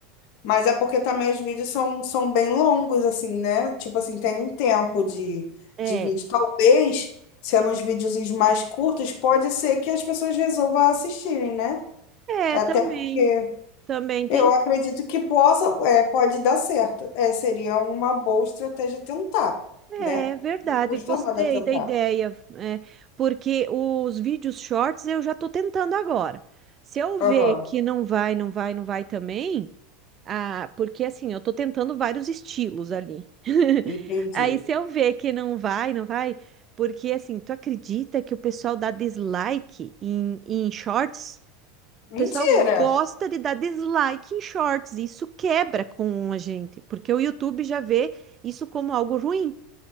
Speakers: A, on the left; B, on the right.
A: Mas é porque também os vídeos são, são bem longos, assim, né? Tipo assim, tem um tempo de,
B: É,
A: de vídeo. Talvez, sendo uns videozinhos mais curtos, pode ser que as pessoas resolvam assistirem, né?
B: é,
A: Até
B: também,
A: porque
B: também
A: eu
B: tem.
A: acredito que possa, é, pode dar certo. É, seria uma boa estratégia tentar,
B: É,
A: né?
B: verdade,
A: Não custa
B: gostei
A: nada tentar.
B: da ideia, é, porque os vídeos shorts eu já tô tentando agora. Se eu ver
A: Aham,
B: que não vai, não vai, não vai também, Ah, porque assim, eu tô tentando vários estilos ali. <laughs>
A: entendi.
B: Aí se eu ver que não vai, não vai, porque assim, tu acredita que o pessoal dá dislike em, em shorts? O
A: Mentira!
B: pessoal gosta de dar dislike em shorts, e isso quebra com a gente, porque o YouTube já vê isso como algo ruim.